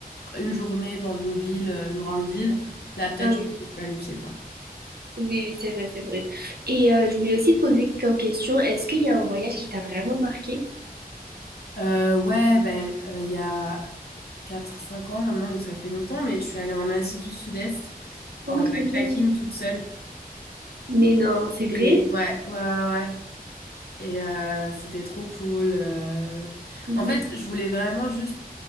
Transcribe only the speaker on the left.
pas, une journée dans une ville, euh, une grande ville, là, peut-être,
je
vais plus planifier, quoi.
Euh, ouais, ben, euh, il y a quatre cinq ans maintenant, donc ça fait longtemps, mais je suis allée en Asie du Sud-Est en
backpacking
toute seule.
Et ouais, ouais, ouais. ouais. Et euh, c'était trop cool. euh.
En fait, je voulais vraiment juste